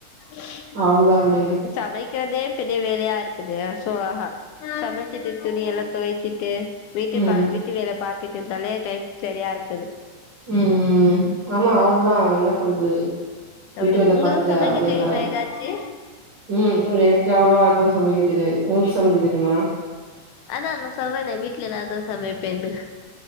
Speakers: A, on the left; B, on the right.
A: சமைக்
B: அவ்ளதான் விடுங்க.
A: சமைக்கிறதே பெரிய வேலயா இருக்குது சோ ஆ சமச்சிட்டு துணி எல்லா தொவச்சிட்டு வீட்டு
B: ம்,
A: பா வீட்டு வேல பாத் கிட்டதல டைப் சரியா இருக்குது
B: ம் ம் ஆமா அவளதா என்ன பண்றது
A: அப்டி
B: வீட்டு வேல
A: உங்களுக்கு
B: பாத்துட்டு
A: சமைக்க
B: அப்டியேதான்
A: தெரியுமா ஏதாச்சு
B: ம் எனக்கு அவ்ளோவா எது சமைக்க தெரியாது ஒங்ளுக்கு சமைக்க தெரிமா
A: அதான் நா சொல்றனே வீட்ல எதாது சமைப்பேன்னு